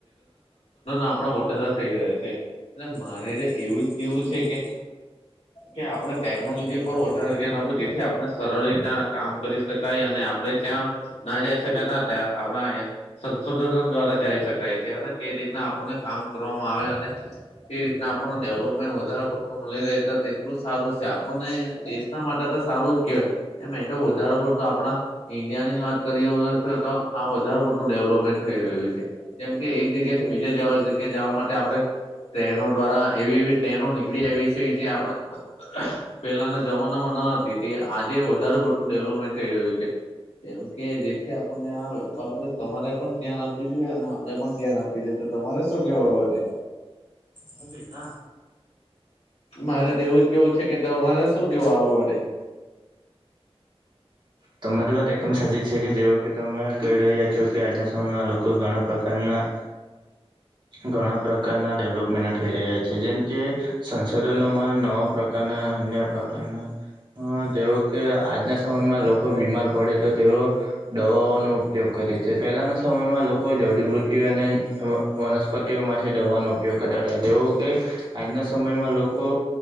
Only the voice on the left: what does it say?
આપણા વધારે થઈ રહ્યા છે. એટલે
જ
કે કે આપણે
ટેકનોલોજી
પર વધારે ધ્યાન આપવું જેથી આપણે સરળ રીતના કામ કરી શકાય અને આપણે જ્યાં ના જઈ શક ત ત્યાં આપણા સંશોધન દ્વારા જઈ શકાય છે અને તે રીતના આપણને કામ કરવામાં આવે અને તે રીતના આપણને ડેવલપમેન્ટ વધારે પડતું મળી રહે ત તેટલું સારું છે આપણને દેશ માટે તો સારું જ કહેવાય એ મે તો વધારે પડતો આપણા ઈન્ડિયા ની જ વાત કરી તો આ વધારેુ મોટું ડેવલોપમેન્ટ થઈ રહ્યું છે જેમ કે એક જગ્યા થી બીજા જ એક જગ્યા જવા માટે આપડણે ટ્રેનો દ્વારા એવીવી તેનો નીકળી આવી છે જે આપણે પેલાના જમાનામાં ન હતી તે આજે વધારેુ પડતું ડેવલપમેન્ટ થઈ રહ્યું છે જેમ કે જેથી અને આ બાબતે તમારે પણ ધ્યાન આપ અને આપડે પણ ધ્યાન આપી દેએ તો તમારે શું કેવાે
મારે તો એવું જ કેવું છે કે તમારે શું કેવું આ માટેડ